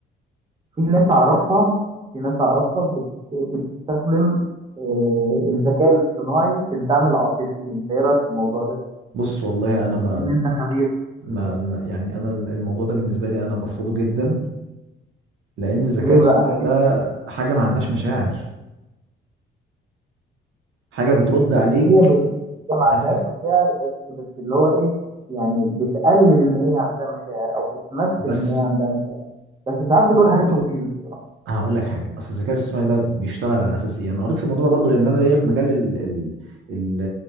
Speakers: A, on the right; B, on the right.
A: في ناس أعرفها في ناس أعرفها بت... بتستخدم آه، الذكاء الاصطناعي في الدعم العاطفي أنت إيه رأيك في الموضوع ده؟
B: بص والله انا
A: بما
B: ما
A: إن أنت خبير
B: ما ما- يعني انا الموضوع ده بالنسبه لي انا برفضه جدا لان الذكاء
A: ليه
B: الاصطناعي
A: بقى؟
B: ده حاجه ما عندهاش مشاعر حاجه بترد
A: بس
B: عليك
A: هي ب... هي ما عندهاش
B: انا فاهم
A: مشاعر بس بس اللي هو ايه يعني بتقلد ان هي عندها مشاعر او بتمثل
B: بس
A: ان هي عندها مشاعر بس ساعات بتقول
B: زي
A: حاجات
B: ما انت
A: مفيدة
B: قلت
A: الصراحة
B: انا هقول لك حاجه اصل الذكاء الاصطناعي ده بيشتغل على اساس ايه انا قريت في الموضوع ده برضو لان انا ليا في مجال ال... ال... ال...